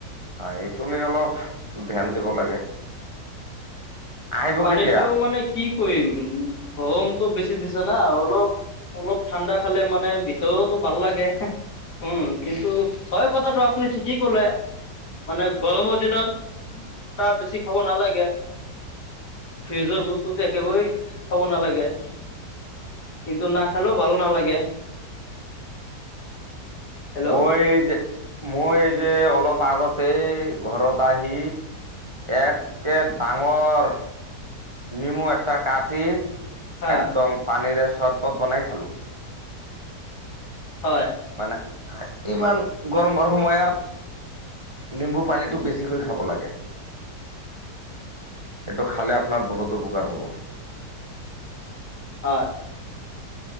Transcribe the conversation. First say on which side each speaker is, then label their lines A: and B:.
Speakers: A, on the right; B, on the left.
A: হয় এইটো ল অলপ ধ্যান দিব লাগে আহিব
B: পানীটো
A: কেতিয়া
B: মানে কি কৰিম গৰমটো বেছি দিছে না অলপ অলপ ঠাণ্ডা খালে মানে ভিতৰতো ভাল লাগে। উম কিন্তু হয়য় কথাটো আপুনি ঠিকেই কলে। মানে গৰমৰ দিনত বা বেছি খাব নালাগে। ফ্ৰিজৰ বস্তুটো একেবাৰেই খাব নালাগে। কিন্তু নাখালেও ভাল নালাগে
A: <unintelligible>
B: হেল্ল'
A: মই যে - মই যে অলপ আগতে ঘৰত দাহি একে ডাঙৰ নেমু একতা কাটি
B: হা
A: একদম পানীৰে চৰবত বনাই খালো।
B: হয়
A: মানে ইমান গৰমৰ সময়ত নিম্বু পানীটো বেছিকৈ খাব লাগে। এইটো খালে আপোনাৰ বহুত উপকাৰ হ'ব
B: হয়